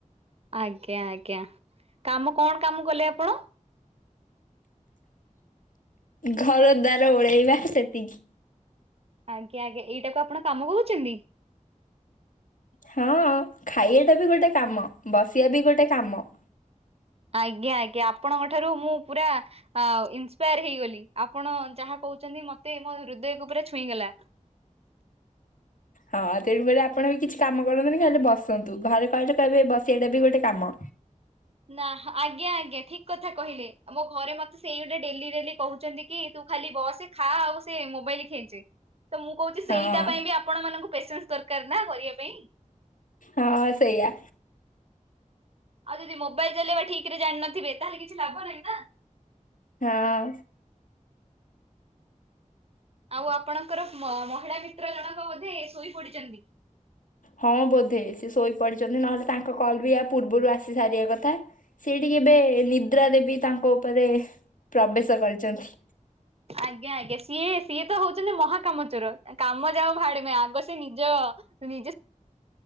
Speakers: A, on the right (about 50°); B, on the left (about 85°).
A: ଆଜ୍ଞା ଆଜ୍ଞା କାମ କଣ କାମ କଲେ ଆପଣ?
B: ଘର ଦ୍ବାର ଓଳେଇବା ସେତିକି।
A: ଆଜ୍ଞା ଆଜ୍ଞା ଏଇଟାକୁ ଆପଣ କାମ କହୁଚନ୍ତି?
B: ହଁ ଖାଇବା ଟା ବି ଗୋଟେ କାମ ବସିବା ବି ଗୋଟେ କାମ।
A: ଆଜ୍ଞା ଆଜ୍ଞା ଆପଣଙ୍କ ଠାରୁ ମୁଁ ପୁରା ଇନ୍ସପାୟାର ହେଇଗଲି ଆ ପଣ ଯାହା କହୁଛନ୍ତି ମତେ ମୋ ହୃଦୟକୁ ପୁରା ଛୁଇଁଗଲା।
B: ହଁ ତେଣୁ କଇଲେ ଆପଣ ବି କିଛି କାମ କରନ୍ତୁନି ଖାଲି ବସନ୍ତୁ। ଘରେ କହିଲେ କହିବେ ବସିବାଟା ବି ଗୋଟେ କାମ।
A: ନା ଆଜ୍ଞା ଆଜ୍ଞା ଠିକ କଥା କହିଲେ ମୋ ଘରେ ମତେ ସେଇ ଗୋଟେ ଡେଲି ଡେଲି କହୁଛନ୍ତି କି ତୁ ଖାଲି ବସେ ଖା ଆଉ ସେ ମୋବାଇଲ ଖେଞ୍ଚେ ତ ମୁଁ କହୁଚି
B: ହଁ
A: ସେଇଟା ପାଇଁ ବି ଆ ପଣ ମାନଙ୍କୁ ପ୍ରେସେନ୍ସ ଦରକାର ନା କରିବା ପାଇଁ।
B: ହଁ ସେଇଆ।
A: ଆଉ ଯଦି ମୋବାଇଲ ଚଲେଇବା ଠିକ ରେ ଜାଣିିନଥିବେ ତାହେଲେ କିଛି ଲାଭ ନାହିଁ ନା।
B: ହଁ।
A: ଆଉ ଆପଣଙ୍କର ମ ମହିଳା ମିତ୍ର ଜଣକ ବୋଧେ ଶୋଇ ପଡିଚନ୍ତି।
B: ହଁ ବୋଧେ ସେ ଶୋଇ ପଡିଚନ୍ତି ନହେଲେ ତାଙ୍କ କଲ୍ ବି ଆ ପୂର୍ବରୁ ଆସି ସାରିବା କଥା। ସିଏ ଟିକେ ଏବେ ନିଦ୍ରା ଦେବୀ ତାଙ୍କ ଉପରେ ପ୍ରବେଶ କରିଚନ୍ତି।
A: ଆଜ୍ଞା ଆଜ୍ଞା ସିଏ ସିଏ ତ ହୋଉଚନ୍ତି ମହାକାମଚୋର। ଆ କାମ ଯାଉ ଭାଡେମେ ଆଗ ସେ ନିଜ ନିଜ